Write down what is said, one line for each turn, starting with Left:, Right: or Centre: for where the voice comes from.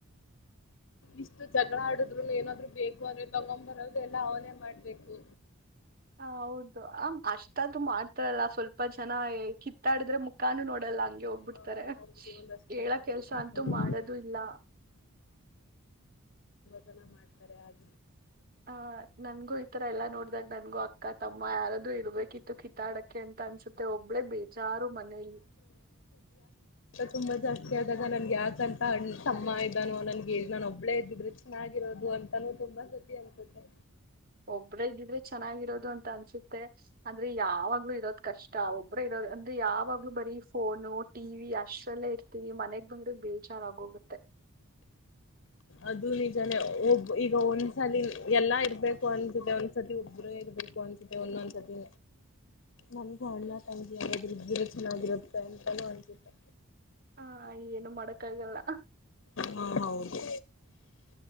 Left: ಇಷ್ಟು ಜಗಳ ಆಡುದ್ರು ಏನಾದ್ರು ಬೇಕು ಅಂದ್ರೆ ತಗೊ್ಂಬರೋದು ಎಲ್ಲ ಅವನೇ ಮಾಡ್ಬೇಕು
Right: ಹ ಹೌದು ಆ ಅಷ್ಟದು ಹಲ್ಲ ಸ್ವಲ್ಪ ಜನ ಕಿತ್ತಾಡಿದ್ರೆ ಮು ಕಾನು ನೋಡಲ್ಲ ಹಂಗೆ ಹೋಗ್ಬಿಡ್ತಾರೆ
Left: ಹ ಹೌದು ಒಂದಷ್ಟು
Right: ಹೇಳ
Left: ಜನ ಹಾಗೆ
Right: ಕೆಲ್ಸ
Left: ಮಾಡ್ತಾರೆ
Right: ಅಂತೂ ಮಾಡದು ಇಲ್ಲ
Left: ಸಲ ಮಾಡ್ತಾರೆ ಹಾಗ
Right: ಹ ನನ್ಗೂ ಈತರ ಎಲ್ಲಾ ನೋಡ್ದಾಗ ನನ್ಗೂ ಅಕ್ಕ ತಮ್ಮ ಯಾರಾದೂ ಇರ್ಬೇಕಿತ್ತು ಕಿಿತಾಡಕ್ಕೆ ಅಂತ ಅನ್ಸತ್ತೆ ಹೋಗ ಳೆ ಬಚಾರು ಮನೆ
Left: ಅಂತ ತುಂಬಾ ಜಾಸ್ತಿ ಆದಾಗ ನನ್ಗೆ ಯಾಕಂತ ಹಣ ತಮ್ಮ ಇದ್ದಾನೋ ನನ್ಗೆ ನಾನ ಒಬ್ಬಳೇ ಇದ್ದಿದ್ರೆ ಚೆನ್ನಾಗಿರೋದು ಅಂತಾನೂ ತುಂಬಾ ಸತಿ ಅನ್ಸುತ್ತೆ
Right: ಒಬ್ಬ್ರ ಇದ್ದಿದ್ರೆ ಚೆನ್ನಾಗಿರೋದು ಅಂತ ಅನ್ಸುತ್ತೆ ಅಂದ್ರೆ ಯಾವಾಗ್ಲೂ ಇರೋದ್ ಕಷ್ಟ ಒಬ್ಬ್ರ ಇರೋದ ಅಂದ್ರೆ ಯಾವಾಗ್ಲೂ ಬರೀ ಫೋನು ಟಿವ ವಿ ಅಷ್ಟ್ರಲ್ಲೇ ಇರ್ತೀವಿ ಮನೆಗ್ ಬಂದ್ರ ಬೇಜಾರಾಗೋಗುತ್ತೆ
Left: ಅದು ನಿಜಾನೇ ಒಬ ಈಗ ಒಂದ್ಸಲ ಎಲ್ಲಾ ಇರ್ಬೇಕು ಅನ್ಸುತ್ತೆ ಒಂದ್ಸತಿ ಒಬರ ಇರ್ಬೇಕು ಅನ್ಸುತ್ತೆ ಒಂದೊಂದ್ಸತಿ ನನ್ಗ ಅಣ್ಣ ತಂಗಿ ನಾದ್ರು ಇದರ ಚೆನ್ನಾಗಿರುತ್ತೆ ಅಂತಾನೂ ಅನ್ಸುತ್ತೆ
Right: ಹಾ ಏನು ಮಾಡಕ್ಕಾಗಲ್ಲ
Left: ಹಾ ಹೌದು